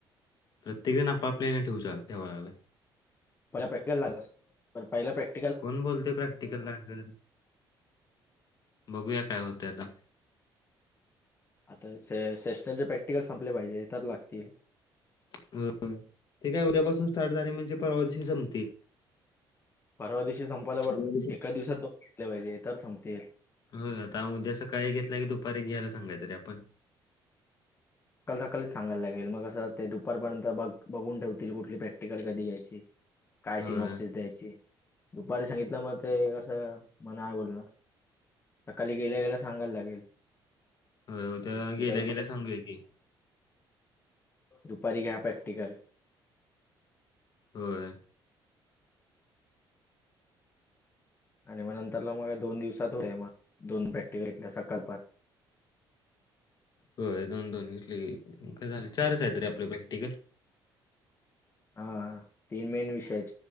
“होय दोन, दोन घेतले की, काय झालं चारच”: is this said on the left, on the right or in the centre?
Left